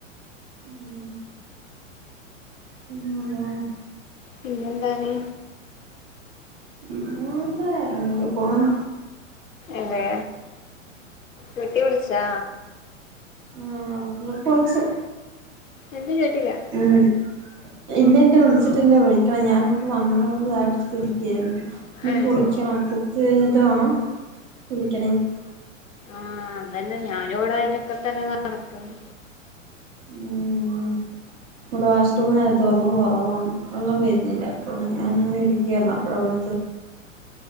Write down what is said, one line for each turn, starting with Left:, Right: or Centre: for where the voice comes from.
Right: ഉം പിന്നെന്താ
Left: പിന്നെ എന്താണ്
Right: പിന്നെ എന്താ ഇങ്ങനെ ഒക്കെ പോണ്
Left: അതെ വീട്ടി വിളിച്ചാ
Right: ആ ഉമ്മക്ക് വിളിച്ചു
Left: എന്ത് കേട്ടില്ല
Right: ഉം ഇല്ലില്ല വിളിച്ചിട്ടില്ല വിളിക്കണം ഞാനിപ്പോ വന്ന് കൊണ്ട് ചായകുടിച്ചിട്ടിരിക്കയായിരുന്നു ഇനി
Left: ഏ
Right: കുളിക്കണം കുളിച്ച കഴിഞ്ഞിട്ട് വേണം വിളിക്കണെങ്കിൽ-
Left: ആഹ് അതന്നെ ഞാനും ഇവിട അയിനൊക്കെ തന്നെ നടക്കണെ
Right: ഉം നമ്മുടെ വാഷ്റൂമിനകത്ത് വെള്ളം കുറവാണ് വെള്ളം വരുന്നില്ല അപ്പോൾ ഞാനിങ്ങനെരിക്ക അപ്പോഴാണ് വിളിച്ചത്